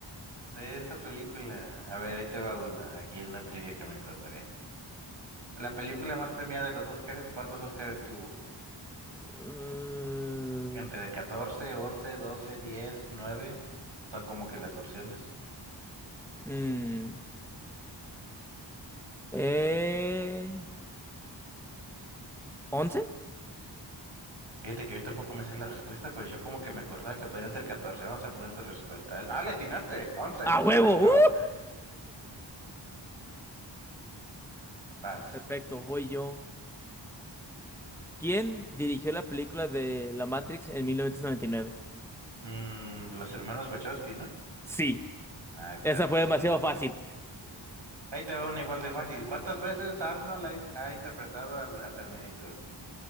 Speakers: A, on the right; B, in the centre.
A: de esa película. A ver, ahí te va una, aquí en una trivia que me encontré. La película más premiada de los Oscars, ¿cuántos Oscars tuvo?
B: Mm,
A: Entre catorce once doce diez nueve Son como que las opciones.
B: mm, eh, ¿once?
A: Fíjate que yo tampoco me sé la respuesta, pero yo como que me acordaba que podrían ser catorce Vamos a poner tu respuesta. Ah, le atinaste. once
B: ¡A huevo!
A: correcto.
B: ¡Uh!
A: Vas.
B: Perfecto, voy yo. ¿Quién dirigió la película de La Matrix en mil novecientos noventa y nueve
A: Mm, los hermanos Wachowski, ¿no?
B: Sí,
A: Ah, claro,
B: esa
A: eso
B: fue
A: sí
B: demasiado
A: me lo sé.
B: fácil.
A: Ahí te va una igual de fácil. ¿Cuántas veces Arnold ha, in- ha interpretado al, a Terminator?